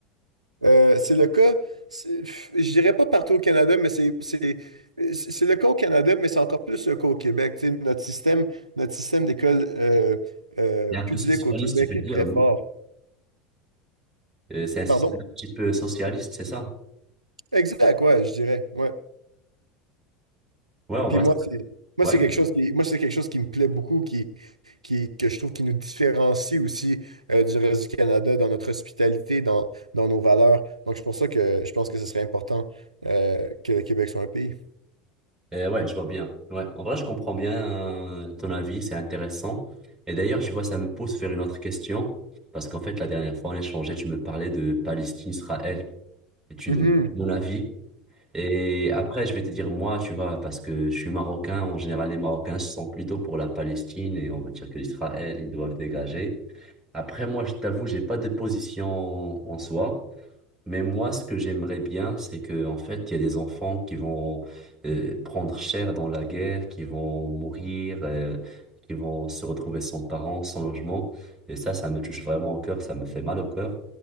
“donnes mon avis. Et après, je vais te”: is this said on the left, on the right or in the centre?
Right